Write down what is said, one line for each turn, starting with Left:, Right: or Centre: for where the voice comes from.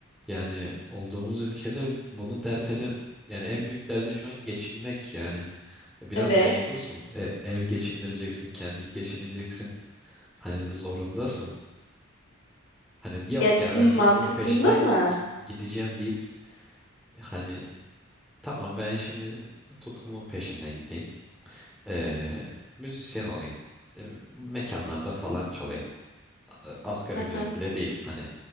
Centre: yani olduğumuz ülkede bunu dert edin yani en büyük derdin şu an geçinmek yani. E, Biraz
Left: Evet.
Centre: mecbursun. E, ev geçindireceksin, kendin geçineceksin. Hani zorundasın. Hani yok
Left: Ya
Centre: ya
Left: mantıklı
Centre: ben tutkumun peşinden
Left: mı?
Centre: gi- gideceğim deyip hani tamam ben şimdi tutkumun peşinden gideyim. Ee, müzisyen olayım. Ee, mekanlarda falan çalayım. A- Asgari
Left: <laughs>
Centre: ücret bile değil hani.